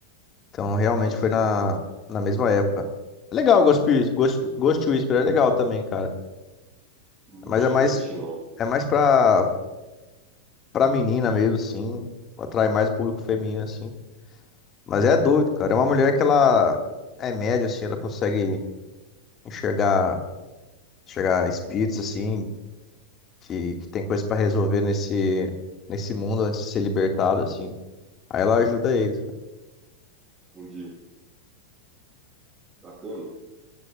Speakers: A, on the left; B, on the right.
A: Então, realmente
B: esse
A: foi
B: eu
A: na,
B: nunca,
A: na mesma época. É Legal, Ghost, Whi- Ghost, Ghost Whisperer é legal também, cara.
B: nunca
A: Mas
B: cheguei
A: é mais
B: a assistir, não.
A: é mais pra, pra menina mesmo, assim, atrai mais o público feminino, assim. Mas é doido, cara. É uma mulher que ela é média, assim, ela consegue enxergar, enxergar espíritos, assim, que, que tem coisa pra resolver nesse, nesse mundo antes de ser libertado, assim. Aí ela ajuda eles.
B: Entendi. Bacana.